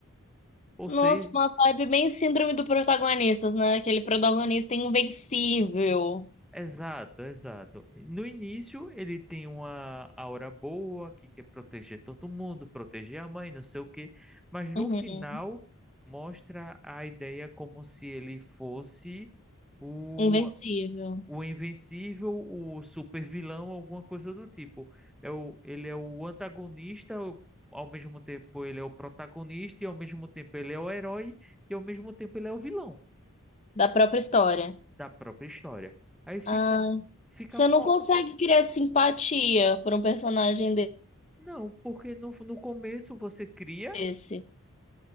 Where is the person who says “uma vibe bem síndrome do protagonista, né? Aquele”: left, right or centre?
Left